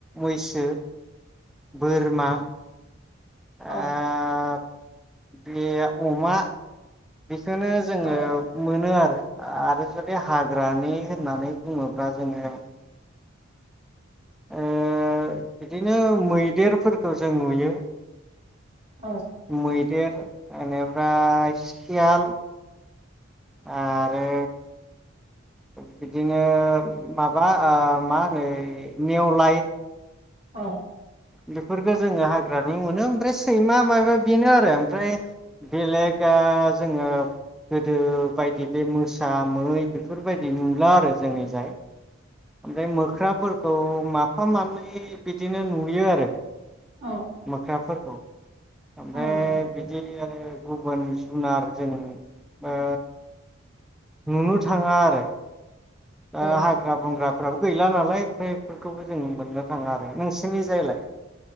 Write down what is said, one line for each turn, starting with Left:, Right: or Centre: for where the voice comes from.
Centre: मैसो फसो बोरमा ओ
Right: औ
Centre: बे अमा बेखौनो जोङो
Right: औ
Centre: मोनो आरो। आरो जुदि हाग्रानि होननानै बुङोब्ला जोङो ओ बिदिनो मैदेरफोरखौ जों नुयो।
Right: औ
Centre: मैदेर एनिफ्राय सि सियाल आरो बिदिनो माबा ओ मा होनो नेवलाय।
Right: औ।
Centre: बेफोरखौ जोङो हाग्रानि मोनो ओमफ्राय सैमा माबा बेनो आरो ओमफ्राय बेलेग ओ जोङो गोदो बायदि बे मोसा मै बेफोरबायदि नुला आरो जोंनि जाय। ओमफ्राय मोख्राफोरखौ माफा मानै बिदिनो नुयो आरो।
Right: औ
Centre: मोख्राफोरखौ ओमफ्राय
Right: औ
Centre: बिदि गुबुन जुनारजों ओ नुनो थांङा आरो। आ
Right: औ
Centre: हाग्रा ग्राफ्राबो गैला नालाय ओमफ्राय बेफोरखौबो जों मोननो थांङा आरो नोंसिनि जायलाय?